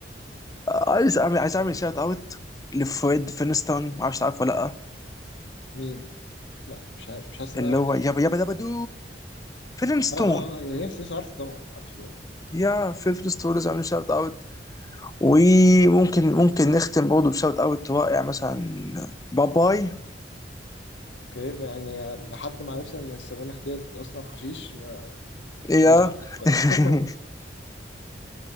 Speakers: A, on the left; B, on the left.
A: عايز اعمل عايز اعمل شوت اوت لفريد فينستون ما اعرفش تعرفه ولا لا
B: مين لا مش عارف مش حاسس إن
A: اللي
B: أنا عارف
A: هو
B: الاسم
A: يابا يابا يابا دو فينستون
B: اه اه اه يس يس عارفه طبعا عارفه طبعا
A: يا فيل فينستون لازم اعمل شوت اوت وممكن ممكن نختم برضه بشوت اوت رائع مثلا باباي
B: اوكي بقى يعني لحد ما عرفت إن السبانخ ديت أصلا حشيش مش
A: يا
B: عايز أحطه في القائمة
A: <laughs>
B: <laughs>